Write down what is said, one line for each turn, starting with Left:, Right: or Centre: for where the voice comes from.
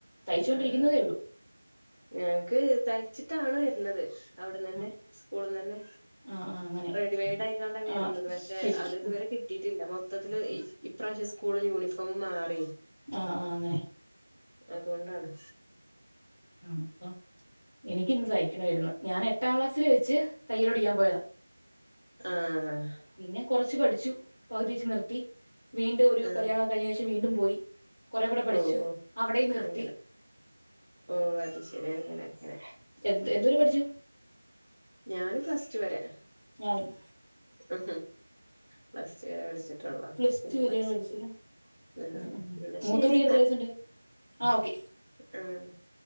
Left: തയ്ച്ചുകൊണ്ടിരിക്കുന്നതേയുള്ളൂ.
Right: ആഹ്. ഞങ്ങക്ക് തയ്ച്ചിട്ടാണ് വരണത് അവിടന്ന് തന്നെ
Left: ആ
Right: സ്കൂള്ന്ന് തന്നെ.
Left: ആ ആ, അങ്ങനെ
Right: റെഡിമെയ്ഡ് ആയിക്കാണ്ടാ വരുന്നത്
Left: ആ
Right: പക്ഷെ
Left: കിട്ടി
Right: അത് ഇതുവരെ.
Left: ഉം,
Right: കിട്ടിയിട്ടില്ല മൊത്തത്തിലത്
Left: കിട്ടി
Right: ഇപ്രാവശ്യം സ്കൂള് യൂണിഫോം മാറി
Left: ആ ആ അങ്ങനെ.
Right: അതുകൊണ്ടാണ്.
Left: ആ അപ്പൊ എനിക്കിന്ന് തയ്ക്കണമായിരുന്നു ഞാൻ എട്ടാം ക്ലാസ്സിൽ വെച്ച് തയ്ക്കൽ പഠിക്കാൻ പോയതാ.
Right: ആഹ. ഉം.
Left: പിന്നെ കുറച്ച് പഠിച്ചു പകുതി വെച്ച് നിർത്തി വീണ്ടും ഒരു
Right: ആഹ്.
Left: കല്യാണൊക്കെ കഴിഞ്ഞ ശേഷം വീണ്ടും പോയി. കുറെ കൂടെ പഠിച്ചു
Right: ഓഹ്
Left: അവിടെ നിർത്തി.
Right: അങ്ങനെ. ഓ അത് ശെരി അങ്ങനെ അങ്ങനെ
Left: എ എന്തുവരെ പഠിച്ചു.
Right: ഞാന് പ്ലസ് ടു വരെ.
Left: ഞാനും.
Right: ഉ പ്ലസ്ടു വരെ പഠിച്ചിട്ടുള്ളു
Left: പ്ലസ്
Right: പിന്നെ
Left: ടു വരെയാണ്
Right: പഠിച്ചിട്ടില്ല.
Left: പഠിച്ചത് <inaudible>
Right: ആ എന്നാ ശരി ഉം